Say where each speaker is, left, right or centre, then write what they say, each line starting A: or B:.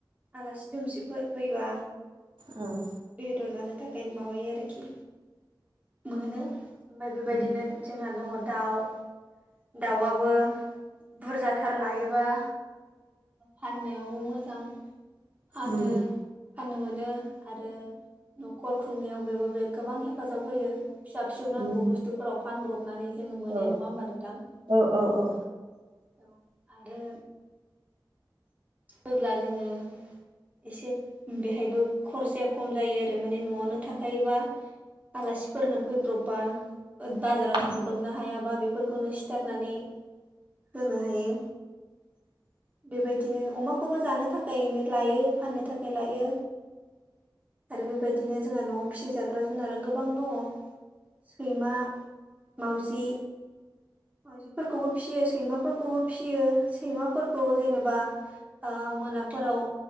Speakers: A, on the right; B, on the right.
A: आलासि दोमसि फैबा
B: औ
A: बेदर जानो थाखाय माबायो आरोखि मोनो ओमफ्राय बेबायदिनो
B: उम
A: जोंहा दङ दाउ दाउआबो बुरजाथार लायोबा फाननायावबो मोजां फानो
B: उम
A: फाननो मोनो आरो न'खर खुंनायाव बेबो बे गोबां हेफाजाब होयो। फिसा फिसौ नांगौ
B: उम
A: बुस्थुफोराव फानब्रबनानै जोङो मोनो
B: औ
A: नङा होमबा नोंथां।
B: औ औ औ
A: ओम होब्ला जोङो एसे बेहायबो खरसाया खम जायो आरो माने न'आवनो थाखायोबा आलासिफोरनो फैब्रबबा बाजाराव
B: उम
A: थांब्रबनो हायाबा बेफोरखौनो सिथारनानै होनो हायो बेबायदिनो अमाखौबो जानो थाखायनो लायो फाननो थाखाय लायो आरो बेबायदिनो जोंहा न'आव फिसिजाग्रा जुनारा गोबां दङ। सैमा मावजि माउजिफोरखौबो फिसियो सैमाफोरखौबो फिसियो सैमाफोरखौ जेनेबा मोनाफोराव